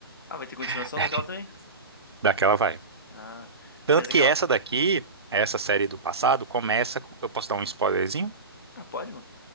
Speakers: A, on the left; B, on the right.
A: Ah, vai ter continuação
B: <laughs>
A: daquela também?
B: Daquela vai.
A: Ah,
B: Tanto
A: mas
B: que
A: aquela.
B: essa daqui, essa série do passado, começa... com- Eu posso dar um spoilerzinho?
A: Ah, pode, mano.